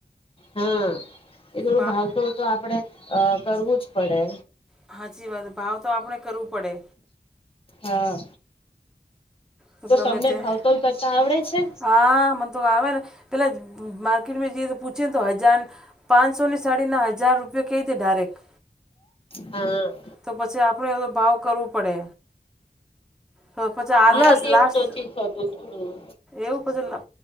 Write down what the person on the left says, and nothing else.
હમ એ થોડું
ભાવ તો તો આપડે અ કરવું જ પડે
હા
તમને
ભાવતોલ કરતા આવડે છે
હા
મારાથી
એવું નથી થતું થોડું